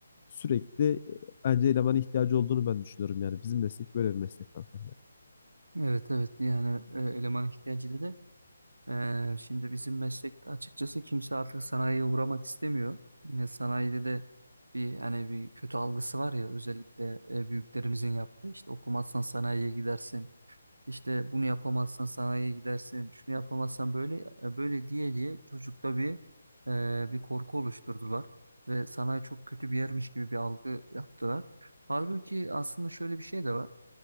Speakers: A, on the left (about 40°); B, on the right (about 90°).
A: sürekli e, bence elemana ihtiyacı olduğunu ben düşünüyorum yani. Bizim meslek böyle bir meslek zaten yani.
B: Evet evet yani e, eleman ihtiyacı dedi. Ee, şimdi bizim meslekte açıkçası kimse artık sanayiye uğramak istemiyor. Yine sanayide de bir hani bir kötü algısı var ya özellikle e, büyüklerimizin yaptığı işte okumazsan sanayiye gidersin. İşte bunu yapamazsan sanayiye gidersin. Şunu yapamazsan böyle e, böyle diye diye çocukta bir e, bir korku oluşturdular ve sanayi çok kötü bir yermiş gibi bir algı yaptılar. Halbuki aslında şöyle bir şey de var.